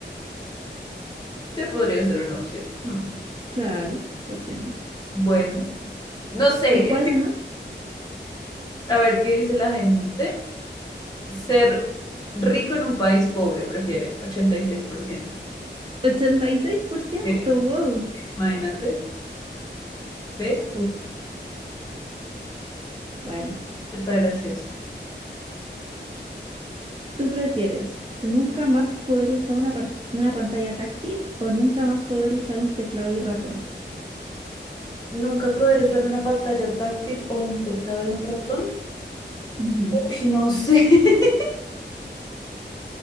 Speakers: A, on the left (about 20°); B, on the right (about 30°).
A: Te podría ser una opción. Hmm,
B: Claro, ¿por qué no?
A: Bueno, no sé.
B: ¿Y cuál ganó?
A: A ver qué dice la gente. ser rico en un país pobre, prefieren, 86%.
B: Ochenta y seis por ciento.
A: Sí.
B: wow.
A: Imagínate, ve,
B: Uf, bueno,
A: está gracioso.
B: ¿tú prefieres nunca más poder usar una, par- una pantalla táctil o nunca más poder usar un teclado y ratón?
A: Nunca poder usar una pantalla táctil o un teclado y un ratón.
B: Ujú.
A: Uy, no sé. <laughs>